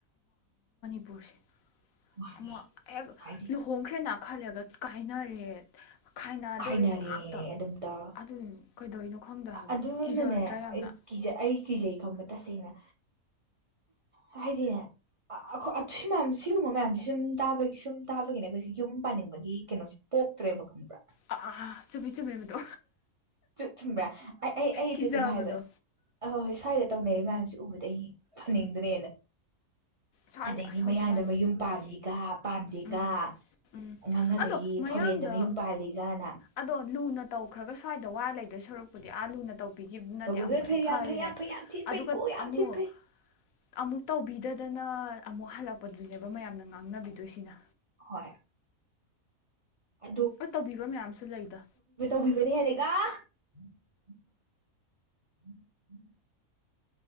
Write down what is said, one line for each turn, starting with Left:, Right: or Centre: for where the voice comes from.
Left: ꯄꯨꯁꯟ
Right: ꯋꯥꯅꯤ
Left: <unintelligible>
Right: ꯍꯥꯏꯗꯤ
Left: ꯂꯍꯣꯡꯈ꯭ꯔꯦꯅꯥ ꯈꯜꯂꯒ ꯀꯥꯏꯅꯔꯦ ꯈꯥꯏꯅꯗꯣꯔꯦ
Right: ꯈꯥꯏꯅꯔꯦ
Left: ꯉꯥꯛꯇ
Right: ꯑꯗꯨꯝ ꯇꯧꯔ
Left: ꯑꯗꯨꯅꯤ ꯀꯩꯗꯧꯔꯤꯅꯣ ꯈꯪꯗ ꯍꯥꯏꯕ
Right: ꯑꯗꯨꯅꯅꯦ
Left: ꯀꯤꯖꯗ꯭ꯔꯥ ꯌꯥꯝꯅ
Right: ꯑꯩ ꯀꯤꯖꯩ ꯑꯩ ꯀꯤꯖꯩ ꯈꯪꯕ꯭ꯔꯥ ꯇꯁꯦꯡꯅ ꯍꯥꯏꯗꯤꯃꯌꯥꯝ ꯁꯤꯒꯨꯝꯕ ꯃꯌꯥꯝꯁꯤꯦ ꯁꯨꯝꯥꯕꯒꯤ ꯁꯨꯝ ꯇꯥꯕꯒꯤꯅꯦ ꯑꯩꯈꯣꯏꯁꯦ ꯌꯨꯝ ꯄꯥꯅꯤꯡꯕꯒꯤ ꯀꯩꯅꯣꯁꯦ ꯄꯣꯛꯇ꯭ꯔꯦꯕ ꯈꯪꯕ꯭ꯔꯥ
Left: ꯑꯥ ꯆꯨꯝꯃꯤ ꯆꯨꯝꯃꯤꯕꯗꯣ
Right: ꯆ ꯊꯨꯡꯕ꯭ꯔꯥ ꯑꯩ ꯑꯩ ꯑꯩꯗꯤ
Left: ꯀꯤꯖꯕꯗꯣ
Right: ꯑꯗꯨꯝ ꯍꯥꯏꯕ ꯑꯣꯏ ꯍꯣꯏ ꯁ꯭ꯋꯥꯏꯗ ꯇꯧꯅꯔꯤꯕ ꯃꯌꯥꯝꯁꯦ ꯎꯕꯗ ꯑꯩ ꯐꯅꯤꯡꯗ꯭ꯔꯦꯅ
Left: ꯁ꯭ꯋꯥꯏ
Right: ꯑꯗꯩꯗꯤ
Left: ꯑꯁ ꯍꯧꯖꯤꯛꯀꯥꯟ
Right: ꯃꯌꯥꯡꯗ ꯃꯌꯨꯝ ꯄꯥꯜꯂꯤꯒ ꯄꯥꯟꯝꯗꯤꯀ
Left: ꯎꯝ ꯎꯝ
Right: ꯑꯉꯥꯡꯅꯗꯣꯏꯒꯤ
Left: ꯑꯗꯣ ꯃꯌꯥꯡꯗ
Right: ꯐꯣꯔꯦꯟꯗ ꯃꯌꯨꯝ ꯄꯥꯍꯜꯂꯤ ꯑꯂ <unintelligible>
Left: ꯑꯗꯣ ꯂꯨꯅ ꯇꯧꯈ꯭ꯔꯒ ꯁ꯭ꯋꯥꯏꯗ ꯋꯥꯔ ꯂꯩꯗꯣꯏ ꯁꯣꯔꯨꯄꯨꯗꯤ ꯑꯥ ꯂꯨꯅ ꯇꯧꯕꯤꯈꯤꯕꯅꯗꯤ
Right: ꯇꯧꯕꯤꯕ
Left: ꯑꯃꯨꯛꯁꯨ
Right: ꯐꯩ
Left: ꯐꯔꯤꯅꯦ
Right: ꯌꯥꯝ ꯐꯩ ꯌꯥꯝ ꯐꯩ ꯌꯥꯝ ꯊꯤꯅ
Left: ꯑꯗꯨꯒ
Right: ꯐꯩꯀꯣ ꯌꯥꯝ
Left: ꯑꯃꯨꯛ
Right: ꯊꯤꯅ ꯐꯩ
Left: ꯑꯃꯨꯛ ꯇꯧꯕꯤꯗꯗꯅ ꯑꯃꯨꯛ ꯍꯜꯂꯛꯄꯗꯨꯅꯦꯕ ꯃꯌꯥꯝꯅ ꯉꯥꯡꯅꯕꯤꯗ ꯑꯗꯨꯏꯁꯤꯅ
Right: ꯍꯣꯏ ꯑ
Left: ꯍꯣꯏ ꯇꯧꯕꯤꯕ ꯃꯌꯥꯝꯁꯨ ꯂꯩꯗ
Right: ꯇꯧꯕꯤꯕꯅꯦ ꯍꯥꯏ ꯔꯥ <unintelligible>